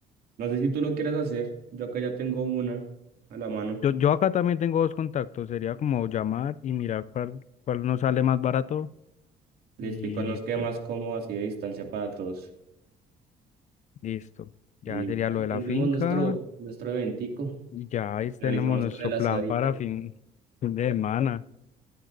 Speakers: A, on the right; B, on the left.
A: no sé si tú lo quieres hacer, yo acá ya tengo una a la mano.
B: Yo, yo acá también tengo dos contactos, sería como llamar y mirar cuál, cuál nos sale más barato
A: Listo,
B: y
A: y cuál nos
B: pues
A: queda más cómodo así de distancia para todos.
B: listo. Ya
A: Y listo,
B: sería
A: ahí
B: lo de la finca
A: nuestro, nuestro eventico,
B: y ya ahí tenemos
A: finalizamos
B: nuestro
A: con el asadito.
B: plan para fin, fin de semana.